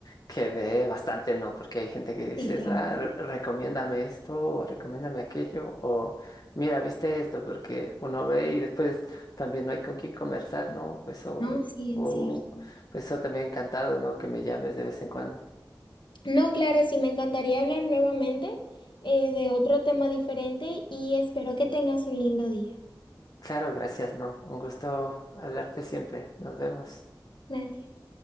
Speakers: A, on the left; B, on the left.
A: que ve bastante, ¿no? Porque hay gente que dices,
B: Sí, claro.
A: ah, re- recomiéndame esto, o recomiéndame aquello, o mira, viste esto, porque uno ve y después también no hay con quién conversar, ¿no? Pues o
B: No, sí,
A: o
B: es cierto.
A: pues eso también encantado, ¿no? Que me llames de vez en cuando.
B: No, claro, sí, me encantaría hablar nuevamente eh, de otro tema diferente y espero que tengas un lindo día.
A: Claro, gracias, ¿no? Un gusto hablarte siempre. Nos vemos.
B: Gracias.